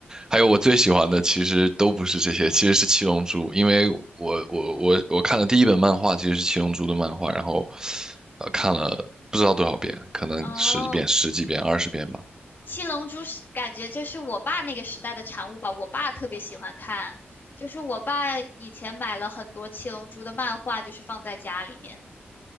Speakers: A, on the right; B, on the left.
A: 还有我最喜欢的，其实都不是这些，其实是《七龙珠》，因为我我我我看的第一本漫画其实是《七龙珠》的漫画，然后呃看了不知道多少遍，可能十几遍、
B: 哦，
A: 十几遍、二十遍吧。
B: 七龙珠是感觉就是我爸那个时代的产物吧，我爸特别喜欢看，就是我爸以前买了很多七龙珠的漫画，就是放在家里面。